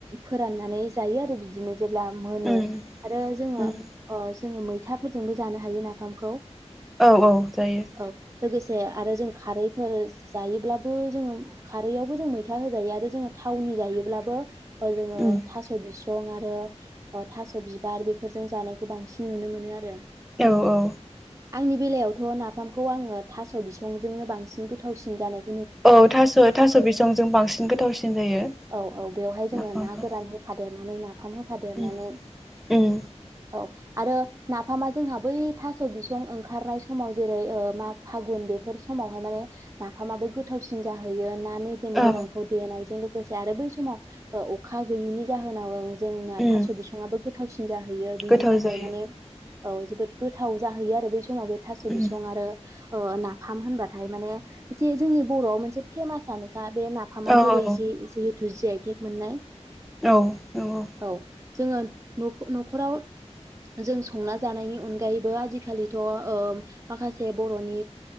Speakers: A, on the right; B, in the centre.
A: फोराननानै जायो आरो बिदिनो। जेब्ला मोनो
B: उम
A: आरो जोङो
B: उम
A: ओ जोङो मैथाफोरजोंबो जानो हायो नाफामखौ।
B: औ औ जायो‌।
A: औ लोगोसे आरो जों खारैफोर जायोब्लाबो जोङो खारैआवबो जों मैथा होजायो आरो जोङो थावनि जायो ब्लाबो जोङो
B: उम
A: थास बिसं सं आरो ओ थास' बिबार बेफोरजों जानायखौ बांसिन नुनो मोनो आरो।
B: औ औ
A: आंनि बेलायावथ' नाफामखौ आङो थास' बिसंजोंनो बांसिन गोथावसिन जानाय
B: औ थास' थास' बिसंजों बांसिन गोथावसिन जायो।
A: औ औ बेवहाय जोङो
B: नाफामा
A: ना गोरान होफा देनानै नाफाम होफादेरनानै
B: उम उम
A: औ आरो नाफामा जोंहा बै थास' बिसं ओंखारनाय समाव जेरै ओ मा फागुन बेफोर समावहाय माने नाफामाबो गोथावसिन जाहैयो ना मेजेम
B: औ
A: गोनांखौ देनायजों लोगोसे आरो बै समाव अखा गैयैनि जाहोनाव जोंना
B: उम
A: थास' बिसाङाबो गोथावसिन जाहैयो बिनि
B: गोथाव
A: थाखाय
B: जायो
A: माने औ जोबोद गोथाव जाहैयो आरो बै समाव बे थास'
B: उम
A: बिसं आरो नाफाम होनबाथाय माने एसे जोंनि बर'आव मोनसे फेमासआनो दा बे नाफामा
B: औ
A: जेरै
B: औ
A: जि जिहेथु जि आइटेक मोननाय
B: औ नंगौ
A: औ जोङो न'खराव जों संना जानायनि अनगायैबो आजिखालिथ' माखासे बर'नि